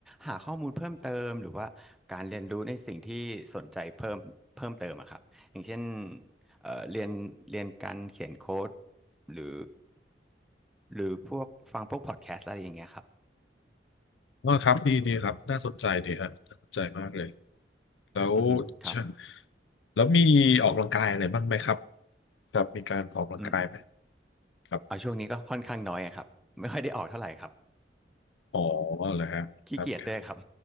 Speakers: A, in the centre; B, on the left.
A: หาข้อมูลเพิ่มเติมหรือว่าการเรียนรู้ในสิ่งที่สนใจเพิ่มเพิ่มเติมอะครับอย่างเช่นเอ่อเรียนเรียนการเขียนโค้ดหรือหรือพวกฟังพวกพอดแคสต์อะไรอย่างเงี้ยครับ
B: อ๋อครับดีดีครับน่าสนใจดีฮะน่าสนใจมากเลยแล้ว
A: อือฮึครับ
B: เชิแล้วมีออกกำลังกายอะไรบ้างไหมครับครับมีการออกกำลังกายไหม
A: อืม
B: ครับ
A: เอาช่วงนี้ก็ค่อนข้างน้อยอะครับไม่ค่อยได้ออกเท่าไหร่ครับ
B: อ๋อเหรอฮะครับครับ
A: ขี้เกียจด้วยครับ